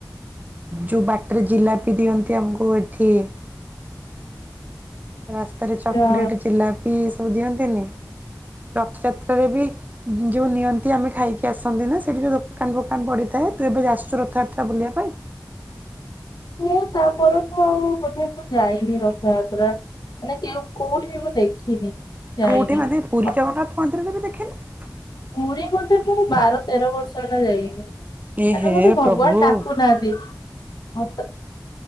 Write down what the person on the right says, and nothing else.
ଯୋଉ ବାଟରେ ଜିଲାପି ଦିଅନ୍ତି ଆମକୁ ଏଠି- - ରାସ୍ତାରେ ଚକୋଲେଟ
ଜିଲାପି ଏ ସବୁ ଦିଅନ୍ତିନି ରଥଯାତ୍ରାରେରେ ବି ଯେଉଁ ନିଅନ୍ତି ଆମେ ଖାଇକି ଆସନ୍ତି ନା ସେଇଠି ଯେଉଁ ଦୋକାନ ଫୋକାନ ପଡ଼ିଥାଏ। ତୁ ଏବେ ଆସୁଚୁ ରଥଯାତ୍ରା ବୁଲିବା ପାଇଁ।
କୋଉଠି ମାନେ ପୁରୀ
ଜଗନ୍ନାଥ ମନ୍ଦିରରେ ବି ଦେଖେନି।
ଏ
ହେ
ପ୍ରଭୁ